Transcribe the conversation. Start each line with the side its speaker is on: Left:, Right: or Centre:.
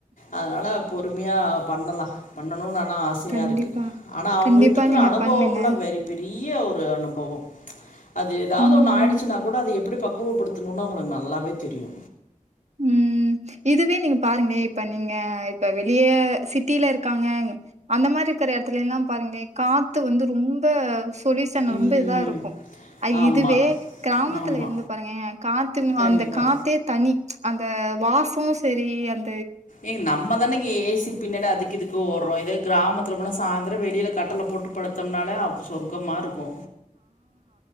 Left: அதனால பொறுமையா பண்ணலா பண்ணனு னு ஆனா ஆசையா
Right: கண்டிப்பா
Left: இருக்கு ஆனா அவுங்கிட்ருக்கற
Right: கண்டிப்பா நீங்க
Left: அனுபவம்ல்லா
Right: பண்ணுங்க
Left: வெரி பெரி றியா ஒரு நம்போ அது ஏதாவது
Right: ம்
Left: ஒண்ணு ஆயிடுச்சுன்னா கூட அது எ எப்டி பக்குவப்படுத் துணும்னா உங்கள நல்லாவே தெரியு
Right: உம் இதுவே நீங்க பாருங்களே இப்ப நீங்க இப்ப வெளியே சிட்டில இருக்காங்க அந்த மாரி இருக்கிற எடத்துலலா பாருங்களே காத்து வந்து ரொம்ப பொலயூசன்
Left: ம்
Right: ரொம்ப இதாருக்கு அய்
Left: ஆமா
Right: இதுவே கிராமத்துல
Left: ஆமா
Right: இருந்து பாருங்க காற்று
Left: கண்டிப்பா
Right: அந்த காத்தே தனி அந்த வாசமு சரி அந்
Left: ஏங்க நம்மதானங்க ஏ சி பின்னாடி அதுக்கு இது ஓடுறோ இதே கிராமத்தில போனா சாய்ந்தரம் வெளியில கட்டல போட்டு படுத்தோம்னாலே ஆப் சொர்க்கமாருக்கு